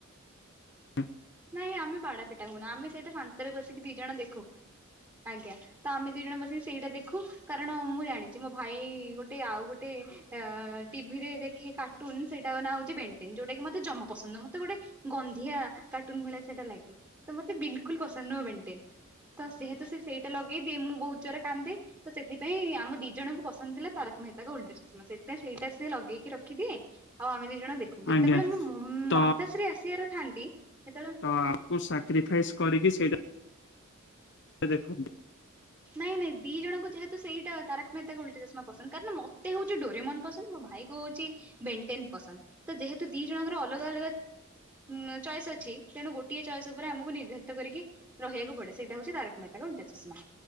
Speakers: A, on the left; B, on the right.
A: ହଁ <inaudible>
B: ନାଇଁ ଆମେ ବାଡାପିଠା ହଉନା ଆମେ ସେଇଟା ଶାନ୍ତରେ ବସିକି ଦି ଜଣ ଦେଖୁ ଆଜ୍ଞା। ତ ଆମେ ଦି ଜଣ ବସିକି ସେଇଟା ଦେଖୁ କାରଣ ମୁଁ ଜାଣିଛି ମୋ ଭାଇ ଗୋଟେ ଆଉ ଗୋଟେ ଅ ଟିଭିରେ ଦେଖେ କାର୍ଟୁନ ସେଇଟା ନାଁ ହଉଛି ବେଣ୍ଟେନ ଯୋଉଟା କି ମତେ ଜମା ପସନ୍ଦ ମତେ ଗୋଟେ ଗନ୍ଧିଆ କାର୍ଟୁନ ଭଳିଆ ସେଇଟା ଲାଗେ ତ ମୋତେ ବିଲକୁଲ ପସନ୍ଦ ନୁହଁ ବେଣ୍ଟେନ ତ ଯେହେତୁ ସେଇଟା ଲଗେଇିଏ ମୁଁ ବହୁତ ଜୋର କାନ୍ଦେ ତ ସେଥିପାଇ ଆମ ଦି ଜଣଙ୍କୁ ପସନ୍ଦ ତାରକ ମେହେତାଙ୍କ ଓଲଟା ଚାଷ ସେଥିପାଇଁ ସେଇଟା ସି ଲଗେଇି ରଖିଦିଏ ଆଉ ଆମେ ଦିଇ ଜଣ ଦେଖୁ। ଯେତେବେଳେ
A: ଆଜ୍ଞା।
B: ମୁଁ
A: ତ
B: ମା ତାଶ୍ରୀ ଆସିବାର ଥାନ୍ତି ସେତେବେଳେ
A: ଆମ ସକ୍ରୀଫାଈଜ କରିକି ସେଇଟା ସେ ଦେଖ <inaudible>
B: ନାଇଁ ନାଇଁ ଦି ଜଣଙ୍କୁ ଯେହେତୁ ସେଇଟ ତାରକ ମେତାାଲଟା ଚଷମା ପସନ୍ଦ କାରଣ ମତେ ହଉ ଡୋରେ ମନ ପସନ୍ଦ ମୋ ଭାଇ ହେଉଛି ବେଣ୍ଟେନ ପସନ୍ଦ ତ ଯେହେତୁ ଦି ଜଣଙ୍କର ଅଲଗା ଅଲଗା ଉଁ ଚଏସ ଅଛି ତେଣୁ ଗୋଟିଏ ଚଏସ ଉପରେ ଆମକୁ ନିର୍ଧାରିତ କରିକି ରହିବାକୁ ପଡେ ସେଇଟା ହଉଛି ତାରକ ମେହେତା କା ଓଲଟା ଚଷମା।